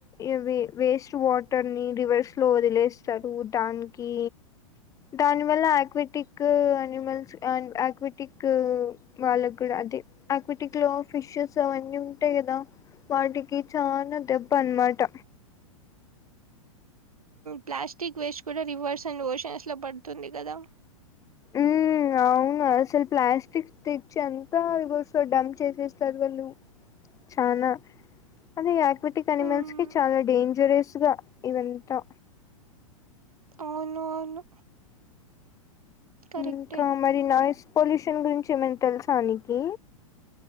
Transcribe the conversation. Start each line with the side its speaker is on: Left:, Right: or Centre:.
Left: ఇవి వేస్ట్ వాటర్ ని రివర్స్ స్లో వదిలేస్తారు దానికి దాని వల్ల ఆక్వెటిక్ అనిమల్స్ అండ్ ఆక్విటిక్ వాళ్ళ కూడా అదే ఆక్విటిక్ లో ఫిషెస్ అవన్నీ ఉంటాయి కదా వాటికి చాలా దెబ్బ అన్నమాట
Right: ప్లాస్టిక్ వేస్ట్ కూడా రివర్స్ అండ్ ఓషన్స్ లో పడుతుంది కదా
Left: ఊ అవును అసలు ప్లాస్టిక్ తెచ్చి అంతా ఇగోస్ డంప్ చేసేస్తారు వాళ్ళు చానా అదే యాక్విటిక్ అనిమల్స్
Right: మ్మ్,
Left: కి చాలా డేంజరస్ గా ఇదంతా
Right: అవును అవును కరెక్టే
Left: ఇంకా మరి నాయిస్ పొల్యూషన్ గురించి ఏమనా తెలుసానికి